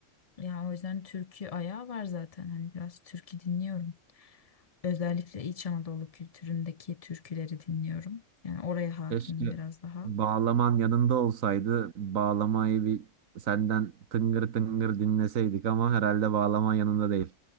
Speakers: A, on the left (about 35°); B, on the right (about 85°).
A: Ya o yüzden türkü ayağı var zaten. Hani biraz türkü dinliyorum. Özellikle İç Anadolu kültüründeki türküleri dinliyorum. Yani oraya hakimim
B: Keşke
A: biraz daha.
B: bağlaman yanında olsaydı. Bağlamayı bir senden tıngır tıngır dinleseydik ama herhalde bağlaman yanında değil.